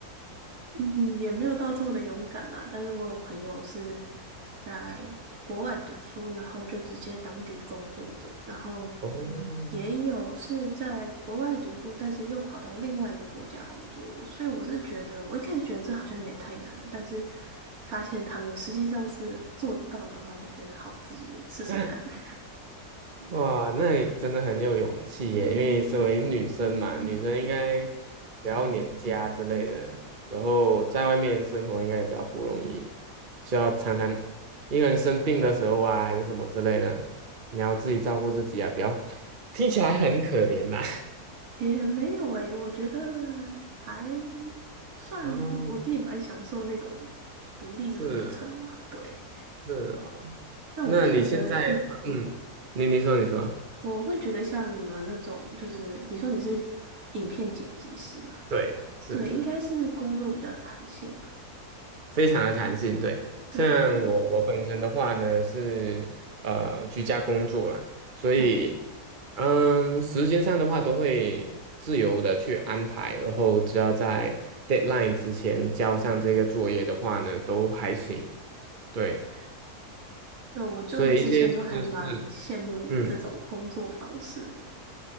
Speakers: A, on the right; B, on the right.
A: 嗯，也没有到这么的勇敢啦，但是我有朋友是在国外读书，然后就直接当地工作的，然后
B: 哦，
A: 也有是在国外读书，但是又跑到另外一个国家工作的，所以我是觉得，我一开始觉得这好像有点太难了，但是发现他们实际上是做得到的话，就觉得好，自己也试试看。
B: <laughs>
A: <laughs>
B: 哇，那你真的很有勇气耶！因为身为女生嘛，女生应该不要黏家之类的，然后在外面生活应该也比较不容易，需要常常一个人生病的时候啊，还是什么之类的，你要自己照顾自己啊，不要听起来很可怜呐、
A: 也没有诶，我觉得还算我自己蛮享受那种独立的过程嘛，
B: <laughs> 哦，是哦
A: 对。
B: 是哦，
A: 那我会觉得，
B: 那你现在的话，
A: 嗯，
B: 嗯，你你说你说，
A: 我会觉得像你们那种，就是你说你是影片剪辑师嘛，
B: 对，是是。
A: 对，应该是工作比较弹性吧。
B: 非常的弹性，
A: 嗯，
B: 对。
A: 对，
B: 像我我本身的话呢，
A: 就
B: 是呃居家工作啦，所以
A: 嗯，
B: 嗯，时间上的话都会自由的去安排，然后只要在 deadline 之前交上这个作业的话呢，都还行，对。
A: 对，我就之前都还蛮羡慕你们这种工作方式。
B: 所以一些知识，嗯。